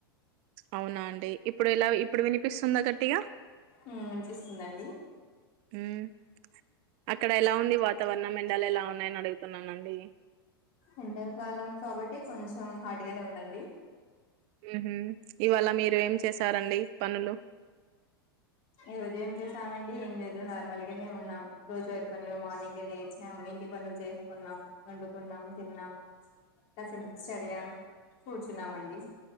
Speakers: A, on the right; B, on the left.
A: అవునా అండి ఇప్పుడు ఎలా ఇప్పుడు వినిపిస్తుందా గట్టిగా?
B: మ్ మంచి ఇస్తుందండి.
A: మ్ అక్కడ ఎలా ఉంది వాతావరణం ఎండలు ఎలా ఉన్నాయని అడుగుతున్నానండి?
B: ఎండవకాలం కాబట్టి కొంచెం హాట్ గానే ఉందండి.
A: హ్మ్హూ ఇవాళ మీరు ఏం చేసారండి పనులు?
B: ఈ రోజు ఏం చేసావండి ఏం లేదు నార్మల్ గానే ఉన్నాం. రోజువారీ పనులు మార్నింగే లేచాం, ఇంటి పనులు చేస్కున్నాం, వండుకున్నాం, తిన్నాం. కాసేపు బుక్స్ చదివాం. కూచున్నామండి.